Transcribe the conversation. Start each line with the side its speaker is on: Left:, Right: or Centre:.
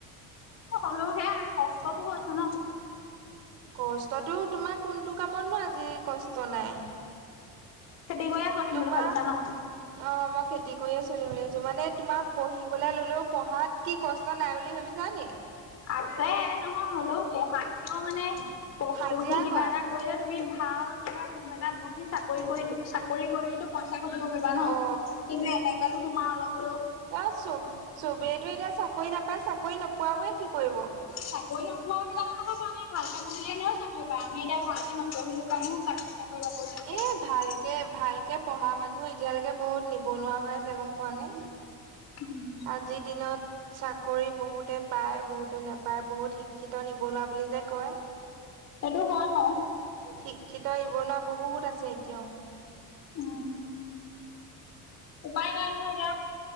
Left: হলেও সেয়াই কষ্টতটো হৈছে ন।
Right: কষ্টতটো তোমাৰ কোনটো কামত নো আজি কষ্ট নাই।
Left: খেতি কৰিয়ে চলিম
Right: তোমাৰ
Left: বুলি ভাবিছা ন?
Right: অ মই খেতি কৰিয়ে চলিম বুলি ভাবিছো। মানে তোমাৰ পঢ়িবলৈ ললেও পঢ়াত কি কষ্ট নাই বুলি ভাবিছা নি?
Left: আছে, নহয় হ'লেও পঢ়াত কেও মানে পহ
Right: হাজিৰা
Left: পঢ়ি কিবা
Right: কৰা
Left: এটা কৰিলে তুমি ভাল কিবা ৰুম এটাত বহি চাকৰি কৰিটো চাকৰি কৰিটো পইচা ঘটিব পাৰিবা ন?
Right: অ
Left: কিন্তু এনেকেটো তোমাৰ অলপ হ'লেও
Right: আ চব চবেইতো এতিয়া চাকৰি নাপায়। চাকৰি নোপোৱাবোৰে কি কৰিব?
Left: চাকৰি নোপোৱাবিলাকৰ কথা কোৱা নাই। ভালকে পঢ়িলে এনেও চাকৰি পায়। আমি এতিয়া ভালকে নপঢ়িলো কাৰণেহে চাকৰি তাকৰি বাকৰি চাকৰি
Right: এ
Left: একো নাই
Right: ভালকে ভালকে পঢ়া মানুহ এ এতিয়ালৈকে বহুত নিবনুৱা হৈ আছে গম পোৱা নে?
Left: উম
Right: আজিৰ দিনত চাকৰি বহুতে পায়, বহুতে নেপায়। বহুত শিক্ষিত নিবনুৱা বুলি যে কয়।
Left: সেইটো হয় বাৰু
Right: শিক্ষিত নিবনুৱা বহুত আছে এতিয়াও।
Left: উম উপায় নাই নহয় এতিয়া।